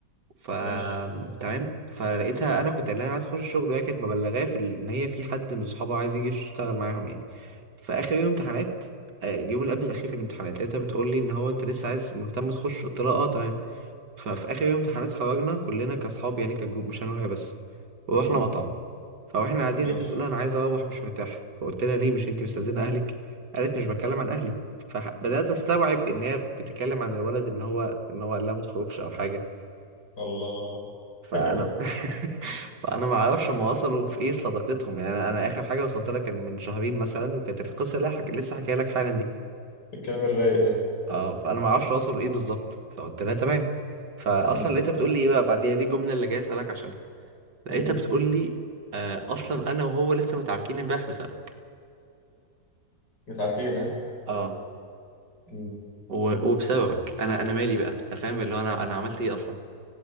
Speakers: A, on the right (about 90°); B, on the left (about 90°).
A: ف
B: ماشي
A: تمام فلقيتها انا كنت قايل لها عايز اخش الشغل وهي كانت مبلغاه في ال- ان هي في حد من صحابها عايز يجي يشتغل معاهم يعني فاخر يوم امتحانات آه، اليوم اللي قبل الاخير في الامتحانات لقيتها بتقول لي ان هو انت لسه عايز مهتم تخش قلت لها اه تمام ففي اخر يوم امتحانات خرجنا كلنا كاصحاب يعني كجروب مش انا وهي بس ورحنا
B: مم.
A: مطعم فاحنا قاعدين
B: ماشي
A: لقيتها بتقول لي انا عايز اروح مش مرتاحه فقلت لها ليه مش انت مستاذنه اهلك قالت مش بتكلم عن اهلي فبدات استوعب ان هي بتتكلم عن الولد ان هو ان هو قال لها ما تخرجش او حاجه
B: الله
A: فانا
B: <laughs>
A: <laughs> فانا ما اعرفش هم وصلوا في ايه صداقتهم يعني انا أنا اخر حاجه وصلت لها كان من شهرين مثلا وكانت القصه اللي حك... لسه حكيها لك حالا دي
B: الكلام الرايق ده
A: اه فانا ما اعرفش وصلوا لايه بالظبط فقلت لها تمام فاصلا
B: مم.
A: لقيتها بتقول لي ايه بقى بعديها دي الجمله اللي جاي اسالك عشانها لقيتها
B: مم.
A: بتقول لي آه اصلا انا وهو لسه متعاركين امبارح بسببك
B: متعاركين ها
A: اه
B: مم.
A: و... وبسببك انا انا مالي بقى أنا فاهم اللي هو انا انا عملت ايه اصلا